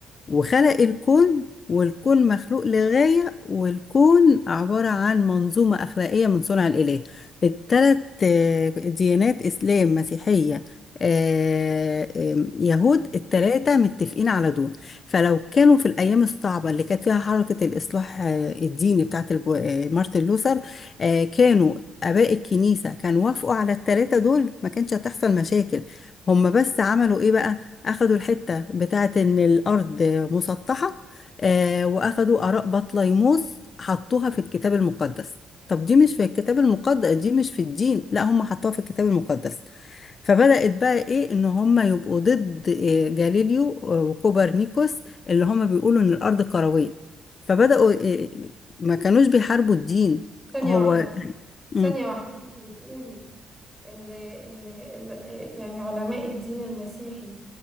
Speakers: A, on the left; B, in the centre.
A: وخلق الكون والكون مخلوق لغاية والكون عبارة عن منظومة أخلاقية من صنع الإله الثلاث آه، ديانات إسلام مسيحية آه، آم، يهود الثلاثة متفقين على دول فلو كانوا في الأيام الصعبة اللي كانت فيها حركة الإصلاح آه، الديني بتاعت الب- آه، مارتن لوثر آه، كانوا آباء الكنيسة كانوا وافقوا على التلاتة دول ما كانش هتحصل مشاكل هم بس عملوا إيه بقى أخدوا الحتة بتاعت إن الأرض مسطحة آه وأخدوا آراء بطليموس حطوها في الكتاب المقدس طب دي مش في الكتاب المقدس دي مش في الدين لا هم حطوها في الكتاب المقدس فبدأت بقى إيه إن هم يبقوا ضد آه، جاليليو آه، وكوبرنيكوس اللي هم بيقولوا إن الأرض كروية فبدأوا آه، ما كانوش بيحاربوا الدين
B: ثانية
A: هو
B: واحدة ثانية
A: مم.
B: واحدة انتي بتقولي ان ان ال- آه، يعني علماء الدين المسيحي